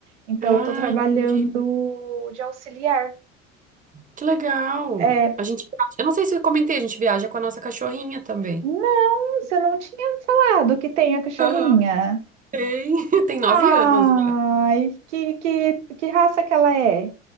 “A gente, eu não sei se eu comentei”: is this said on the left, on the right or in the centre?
Right